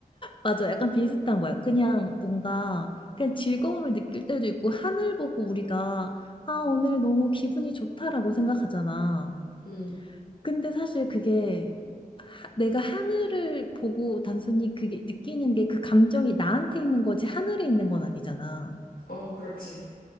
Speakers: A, on the left (about 35°); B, on the left (about 70°).
A: 맞아. 약간 비슷한 거야. 그냥 뭔가, 그냥 즐거움을 느낄 때도 있고, 하늘 보고 우리가, 아, 오늘 너무 기분이 좋다라고 생각하잖아.
B: 음,
A: 근데 사실 그게 내가 하늘을 보고 단순히 그게 느끼는 게 그 감정이 나한테 있는 거지 하늘에 있는 건 아니잖아.
B: 어, 그렇지.